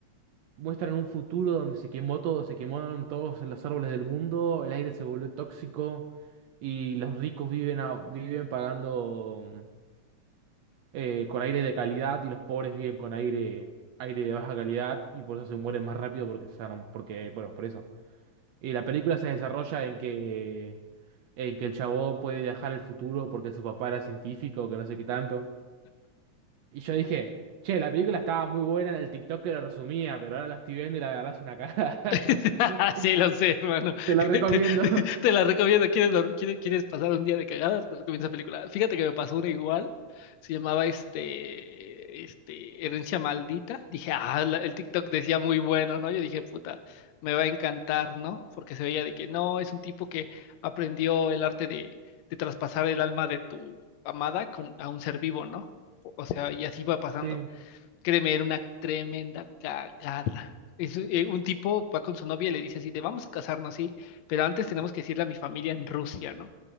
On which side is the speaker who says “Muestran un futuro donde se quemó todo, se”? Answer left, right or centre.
Right